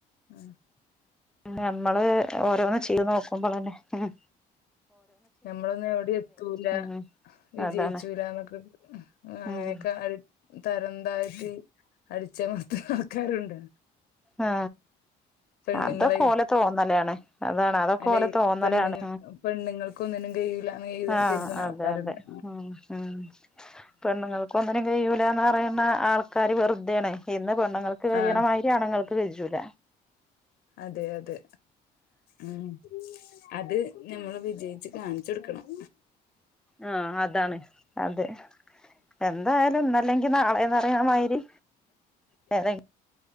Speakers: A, on the left; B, in the centre.
A: ആ
B: നമ്മള് ഓരോന്ന് ചെയ്ത് നോക്കുമ്പളല്ലേ ഹ്
A: ഞമ്മളൊന്നും എവിടെ എത്തൂല
B: ഉം
A: വിജയിച്ചൂല
B: അതാണ്
A: ന്നൊക്ക് അങ്ങനെക്കെ
B: ഉം
A: അൾ തരംതാഴ്ത്തി അടിച്ചമർത്തുന്ന ആൾക്കാരുണ്ട്
B: ആ
A: പെണ്ണുങ്ങളെ
B: അതൊക്കെ ഓലെ തോന്നലാണ് അതാണ് അതൊക്കെ
A: അല്ലെ
B: ഓലെ തോന്നലാണ്
A: പെണ്ണുങ്ങ പെണ്ണുങ്ങൾക്ക് ഒന്നിനും കഴിയൂലാന്ന് എഴുത
B: ഹാ
A: കരുതുന്ന
B: അതെ
A: ആൾക്കാരുണ്ട്
B: അതെ ഉം ഉം പെണ്ണുങ്ങൾക്ക് ഒന്നിനും കയ്യൂലാന്ന് അറിണെ ആൾക്കാര് വെറുതെണ് ഇന്ന് പെണ്ണുങ്ങൾക്ക് കയ്യ്ണമാരി
A: ആഹ്
B: ആണ്ങ്ങൾ വെജൂല
A: അതെ അതെ ഉം അത് ഞമ്മള് വിജയിച്ച് കാണിചോട്ക്കണം
B: ആ അതാണ് അതെ എന്തായാലും ഇന്നല്ലെങ്കി നാളെന്നറിയ്ണ മയ്രി വേറിം